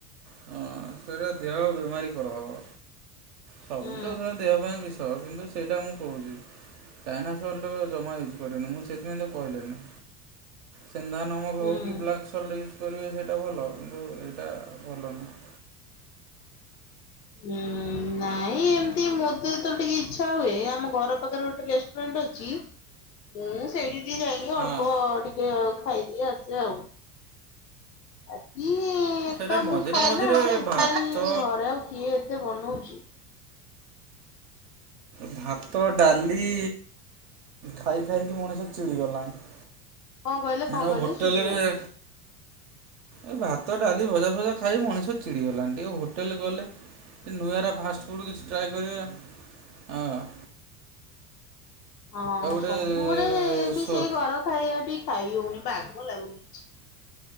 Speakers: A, on the right; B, on the left.
A: ହଁ ସେଇଟା ଦେହ ବିମାରୀ କରଦବ ସବୁ
B: ହୁଁ
A: ତ ସେ ଦେହ ପାଇଁ ବି ସ କିନ୍ତୁ ସେଇଟା ମୁଁ କୋହୁଚି ଚାଇନା ସଲ୍ଟ ଜମା ୟୁଜ୍ କରେନି ମୁଁ ସେଥିପାଇଁ ତ କହିଲିନି। ସେନ୍ଧା ନମକ
B: ହୁଁ।
A: ହେଉ କି ବ୍ଲାକ୍ ସଲ୍ଟ ୟୁଜ୍ କରିବେ ସେଇଟା ଭଲ କିନ୍ତୁ ଏଇଟା ଭଲ ନୁହେଁ।
B: ହଁ ନାଇଁ ଏମିତି ମୋତେ ତ ଟିକେ ଇଚ୍ଛା ହୁଏ ଆମ ଘର ପାଖରେ ଗୋଟେ ରେଷ୍ଟୁରାଣ୍ଟ୍ ଅଛି। ମୁଁ ସେଇଠି ଟିକେ ଯାଇକି ଅଳ୍ପ
A: ହଁ।
B: ଟିକେ ଖାଇଦିଏ ଆସେ ଆଉ। ଆକି ଏକା
A: ସେଇଟା ମଝିରେ
B: ମୁଁ ଖାଏ
A: ମଝିରେ
B: ନା ତ ସେଥିପାଇଁ
A: ଭାତ
B: ଘରେ ଆଉ କିଏ ଏତେ ବନଉଛି।
A: ଭାତ ଡାଲି ଖାଇ ଖାଇକି ମଣିଷ ଚିଡ଼ିଗଲାଣି।
B: କଣ କହିଲେ କଣ
A: ନୋ
B: କହିଲେ
A: ହୋଟେଲ
B: ଶୁଭିଲାନି।
A: ରେ ଏ ଭାତ ଡାଲି ଭଜା ଫଜା ଖାଇ ମଣିଷ ଚିଡ଼ିଗଲାଣି ଟିକେ ହୋଟେଲ ଗଲେ ନୂଆରା ଫାଷ୍ଟଫୁଡ଼ କିଛି ଟ୍ରାଏ କରିବା ହଁ। <inaudible>
B: ହଁ
A: ଗୋଟେ
B: ସବୁବେଳେ ବି ସେଇ ଘର ଖାଇବା ବି ଖାଇ ହଉନି ବାଗ ଲାଗୁନି କିଛି।